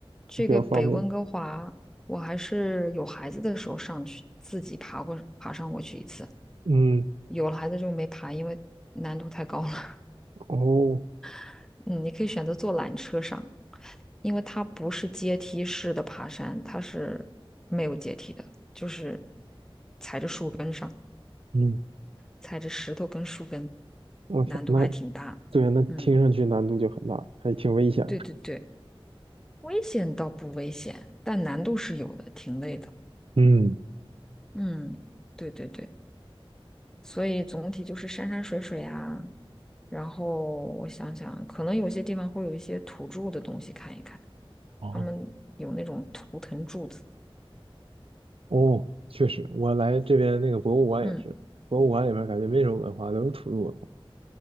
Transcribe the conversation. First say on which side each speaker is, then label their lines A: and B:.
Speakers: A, in the centre; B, on the right.
A: 这个北温哥华，
B: 都比较方便。
A: 我还是有孩子的时候上去，自己爬过爬上过去一次。
B: 嗯
A: 有了孩子就没爬，因为难度太高了。
B: 哦
A: <laughs> 嗯，你可以选择坐缆车上，因为它不是阶梯式的爬山，它是没有阶梯的，就是踩着上。
B: 嗯，
A: 踩着石头跟树根，
B: 我天，
A: 难度还挺大。
B: 那对啊，那听上去难度就很大，
A: 嗯，
B: 还挺危险的。
A: 对对对，危险倒不危险，但难度是有的，挺累的。
B: 嗯。
A: 嗯，对对对，所以总体就是山山水水啊，然后我想想，可能有些地方会有一些土著的东西看一看，
B: 哦
A: 他们有那种图腾柱子。
B: 哦，确实，我来这边那个博物馆也是，
A: 嗯，
B: 博物馆里面感觉没什么文化，都是土著文化